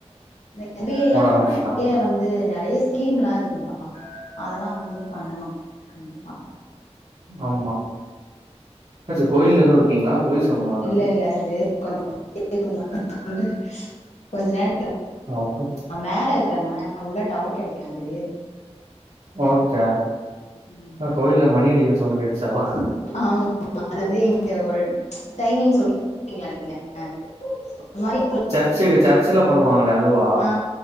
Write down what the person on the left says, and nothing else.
இந்த எஃப் பி ஐல்லா
கூட
நிறைய வந்து நிறைய ஸ்கீம்லா இருக்குதுப்பா அதெல்லா வந்து பண்ணலா கண்டிப்பாக
இல்ல இல்ல அது <inaudible> கொஞ்ச நேரம்
மேல இருக்கன்னா உள்ள டவர் கிடைக்காது
உம்
ஆமா அது வந்து இங்க ஒரு டைமிங் சொல்லுவீங்கள நீங்க அந்த மாரி <inaudible>
ஆ